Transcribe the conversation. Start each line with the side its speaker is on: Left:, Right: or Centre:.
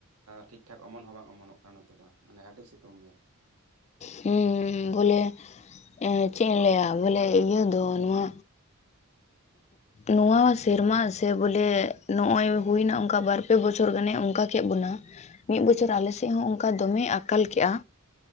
Right: ᱴᱷᱤᱠ ᱴᱷᱟᱠ ᱚᱢᱚᱱ ᱦᱚᱸ ᱵᱟᱝ ᱚᱢᱚᱱᱚᱜ ᱠᱟᱱᱟ ᱱᱚᱛᱮ ᱫᱚ ᱢᱟᱱᱮ ᱟᱹᱰᱤ ᱥᱤᱛᱩᱝ ᱜᱮ
Left: ᱦᱩᱸ ᱵᱚᱞᱮ ᱮᱸ ᱪᱮᱫ ᱤᱧ ᱞᱟᱹᱭᱟ ᱵᱚᱞᱮ ᱤᱭᱟᱹ ᱫᱚ ᱱᱚᱣᱟ ᱱᱚᱣᱟ ᱥᱮᱨᱢᱟ ᱥᱮ ᱵᱚᱞᱮ ᱱᱚ ᱚᱭ ᱦᱩᱭᱱᱟ ᱚᱝᱠᱟ ᱵᱟᱨ ᱯᱮ ᱵᱚᱪᱷᱚᱨ ᱜᱟᱱᱮ ᱚᱝᱠᱟ ᱠᱮᱫ ᱵᱚᱱᱟ ᱢᱤᱫ ᱵᱚᱪᱷᱚᱨ ᱟᱞᱮᱥᱮᱫ ᱦᱚᱸ ᱚᱱᱠᱟ ᱫᱚᱢᱮ ᱟᱠᱟᱞ ᱠᱮᱜᱼᱟ